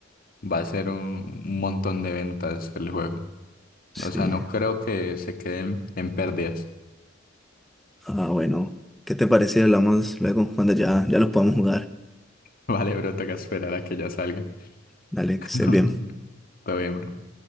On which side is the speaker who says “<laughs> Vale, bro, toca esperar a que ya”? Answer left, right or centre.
Left